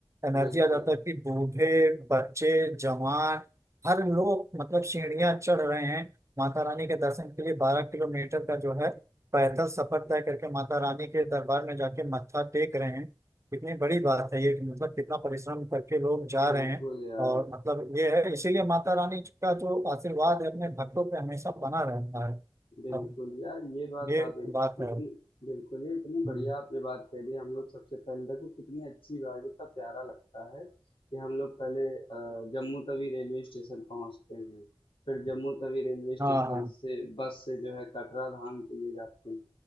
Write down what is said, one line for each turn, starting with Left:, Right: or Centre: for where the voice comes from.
Right: एनर्जी
Left: बिल्कुल
Right: आ जाता है कि बूढ़े बच्चे जवान हर लोग मतलब सीढ़ियाँ चढ़ रहे हैं माता रानी के दर्शन के लिए बारह किलोमीटर का जो है पैदल सफर तय करके माता रानी के दरबार में जाके मत्था टेक रहे हैं कितनी बड़ी बात है ये कि मतलब कितना परिश्रम करके लोग जा
Left: बिल्कुल
Right: रहे हैं
Left: यार
Right: और मतलब ये है इसीलिए माता रानी का जो आशीर्वाद है अपने भक्तों पे हमेशा बना रहता है
Left: बिल्कुल,
Right: तब
Left: यार ये बात
Right: ये
Left: आप एक
Right: बात
Left: इतनी
Right: है
Left: बिल्कुल, ये इतनी बढ़िया
Right: हम्म,
Left: आपने बात कह दी। हम लोग सबसे पहले देखो कितनी अच्छी बात, कितना प्यारा लगता है कि हम लोग पहले अ, जम्मू तवी रेलवे स्टेशन पहुँचते हैं, फिर जम्मू तवी रेलवे स्टेशन
Right: हाँ हाँ
Left: से बस से जो है कटरा धाम के लिए जाते हैं।